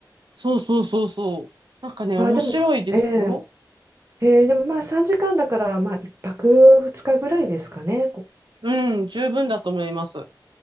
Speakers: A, on the right; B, on the right.
A: そうそうそうそう。なんかね、
B: まあでも、
A: 面白いですよ。
B: ええええでもまあ3時間だからまあ1泊2日ぐらいですかね。
A: うん、十分だと思います。